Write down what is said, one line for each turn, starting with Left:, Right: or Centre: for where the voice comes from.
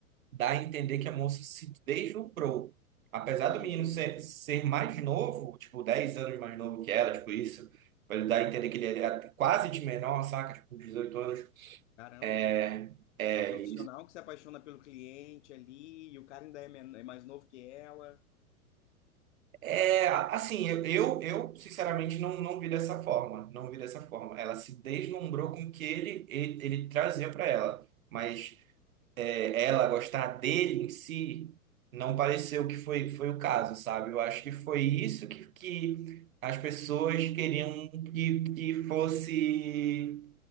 Right: dá a entender que a moça se deslumbrou. Apesar
Left: Entendi.
Right: do menino ser, ser mais novo, tipo, 10 anos mais novo que ela, tipo isso, pra ele dar a entender que ele era quase de menor, saca? Tipo, 18 anos.
Left: Caramba.
Right: É, é,
Left: A profissional que se apaixona pelo cliente ali, e o cara ainda é, men- é mais novo que ela.
Right: É, assim, eu, eu, eu, sinceramente não, não vi dessa forma, não vi dessa forma. Ela se deslumbrou com o que ele, ele, ele trazia para ela, mas é, ela gostar dele em si não pareceu que foi, foi o caso, sabe? Eu acho que foi isso que, que as pessoas queriam que, que fosse